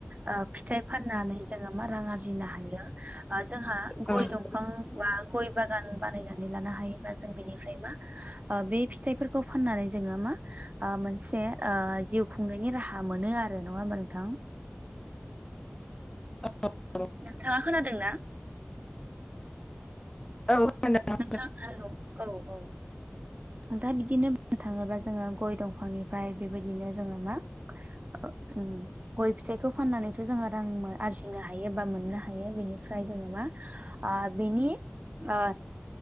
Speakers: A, on the right; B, on the left.
A: ओ फिथाइ फाननानै जोङो मा रां आरजिनो हायो ओ जोंहा
B: औ
A: गय दंफां बा गय बागान बा नानै लानो हायोबा जों बेनिफ्राय मा ओ बे फिथाइफोरखौ फाननानै जोङो मा ओ मोनसे ओ जिउ खुंनायनि राहा मोनो आरो नङा नोंथां
B: औ
A: नोंथाङा खोनादों ना?
B: औ <unintelligible>
A: नोंथां हेल' औ औ दा बिदिनो बुंनो थाङोब्ला जोङो गय दंफांनिफ्राय बेबायदिनो जोङो मा उम गय फिथाइखौ फाननानैथ' जोङो रां आरजिनो हायो बा मोननो हायो बेनिफ्राय जोङो मा आ बेनि आ